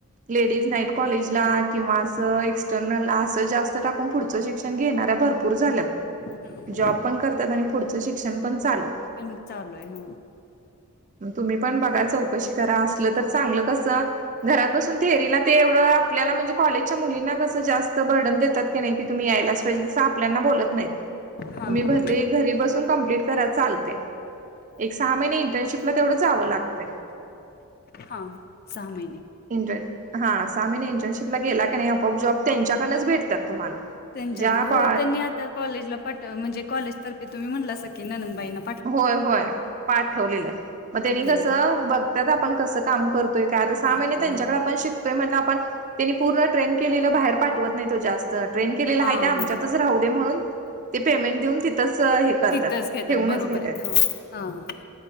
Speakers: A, on the right; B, on the left.
A: लेडीज नाहीत. कॉलेज ला किंवा असं एक्सटर्नल ला असं जास्त टाकून पुढचं शिक्षण घेणार भरपूर झाल्यात
B: हम्म.
A: जॉब पण करतात आणि पुढच शिक्षण पण चालू.
B: पण चालू आहे ह.
A: तुम्ही पण बघा चौकशी करा असल तर चांगलं कसं. घरात बसून थेरीला ते एवढं आपल्याला म्हणजे कॉलेजच्या मुलींना कसं जास्त बर्डन देतात क नाही, कि तुम्ही यायलाच पाहिजे आपल्याना बोलत नाहीत.
B: हां
A: मी भरली घरी बसून कंप्लिट. रा चालतय. एक सहा महिने इंटर्नशिपला तेवढं जावं लागतय.
B: हां सहा महिने.
A: इंट हा सहा महिने इंटर्नशिपला गेला की नाही आपोआप जॉब त्यांच्याकडनच भेटतात तुम्हाला.
B: त्यांच्याकंड
A: ज्या
B: हो.
A: कॉ
B: त्यांनी आता कॉलेजला पाठव म्हणजे कॉलेजतर्फे तुम्ही म्हणलासकी ननंदबाईना
A: होय होय पाठवलेलं. मग त्यांनी
B: हम्म
A: कसं बघतात आपण कसं काम करत काय आता सहा
B: करतोय
A: महिने त्यांच्याकडे
B: हो.
A: आपण शिकतोय म्हटल आपण त्यांनी पूर्ण ट्रेन केलेलं बाहेर पा वत नाही तो जास्त ट्रेन केलेला
B: हा
A: आहे ते आमच्यातच
B: हा
A: राहू दे म्हणून ते पेमेंट देऊन तिथंच हे करत्यात.
B: तिथंच घेतात
A: ठेवूनच
B: बरोबर
A: घेतात.
B: आहे. हा. हा